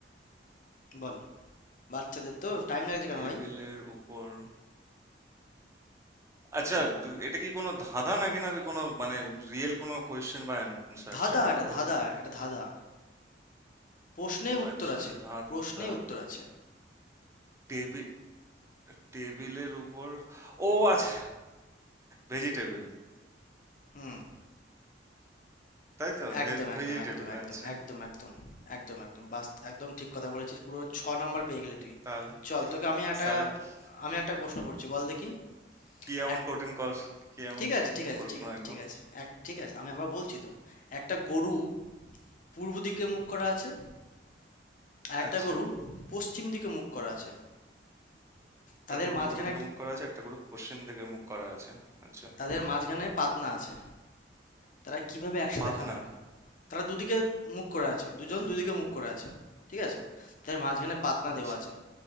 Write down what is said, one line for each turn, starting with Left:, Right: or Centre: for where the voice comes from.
Left: বল বাচ্চাদের তো টাইম লাগছে কেন
Right: টেবিলের
Left: ভাই
Right: উপর আচ্ছা
Left: হুম
Right: ব- এটা কি কোনো ধাঁধা নাকি না কোনো মানে রিয়েল কোনো কোয়েশ্চেন বা অ্যান্সার
Left: ধাঁধা
Right: সেটা
Left: এটা
Right: তো বল
Left: ধাঁধা এটা ধাঁধা প্রশ্নে উত্তর
Right: আচ্ছা
Left: আছে
Right: ধাঁধা
Left: প্রশ্নে উত্তর আছে
Right: টেবিল টেবিলের উপর ও আচ্ছা ভেজিটেবল
Left: হুম
Right: তাই তো
Left: একদম, একদম,
Right: ভেজিটেবল
Left: একদম, একদম,
Right: আচ্ছা
Left: একদম, একদম, একদম, একদম, বাস একদম ঠিক কথা বলেছিস পুরো ছ নাম্বার পেয়ে গেলি তুই
Right: তাহলে
Left: চল তোকে আমি একটা
Right: তাহলে কি
Left: আমি একটা প্রশ্ন করছি বল দেখি
Right: কি এমন
Left: এক
Right: কঠিন কস- কি এমন
Left: ঠিক
Right: কঠিন
Left: আছে ঠিক আছে
Right: প্রশ্ন
Left: ঠিক আছে
Right: একদম
Left: ঠিক আছে এক ঠিক আছে আমি আবার বলছি তো একটা গরু পূর্ব দিকে মুখ করা আছে আর একটা
Right: আচ্ছা
Left: গরু পশ্চিম দিকে মুখ করা আছে
Right: একটা
Left: তাদের
Right: গরু
Left: মাঝখানে
Right: পূর্ব দিকে মুখ করা আছে একটা গরু পশ্চিম দিকে মুখ করা আছে আচ্ছা
Left: তাদের মাঝখানে পাতনা আছে তারা কিভাবে একসাথে
Right: পাতনা
Left: খাবে তারা দুদিকে মুখ করা আছে দুজন দুদিকে মুখ করা আছে ঠিক আছে তাদের মাঝখানে পাতনা
Right: আচ্ছা
Left: দেওয়া আছে